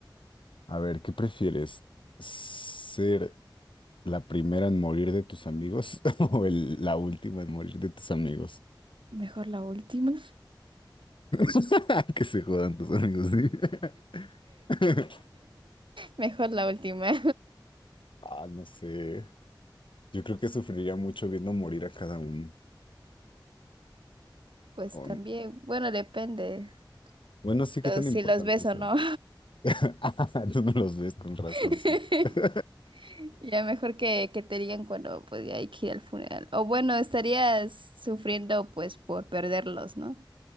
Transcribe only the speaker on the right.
Mejor la última. <laughs>
Mejor la última. <laughs>
Pues
también,
bueno, depende
si
los-
si
los ves
o no.
<laughs>
Ya mejor que, que te digan cuando pues ya hay que ir al funeral. O bueno, estarías sufriendo pues por perderlos, ¿no?